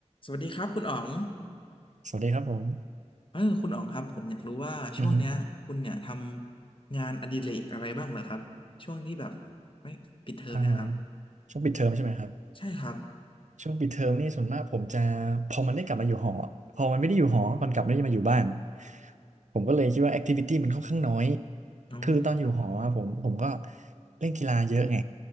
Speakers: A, on the left (about 45°); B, on the right (about 85°).
A: สวัสดีครับคุณอ๋อง
B: สวัสดีครับผม
A: เออคุณอ๋องครับผมอยากรู้ว่าช่วงเนี้ยคุณเนี่ยทำงานอดิเรกอะไรบ้างเหรอครับช่วงที่แบบ
B: อือฮึ
A: ไม่ปิดเทอมเนะครับ
B: อ่าช่วงปิดเทอมใช่ไหมครับ
A: ใช่ครับ
B: ช่วงปิดเทอมนี่ส่วนมากผมจะพอมันได้กลับมาอยู่หอพอมันไม่ได้อยู่หอมันกลับไม่ได้มาอยู่บ้านผมก็เลยคิดว่าแอคทิวิตี้มันค่อนข้างน้อย
A: อ๋อครับ
B: คือตอนอยู่หออะผมผมก็เล่นกีฬาเยอะไง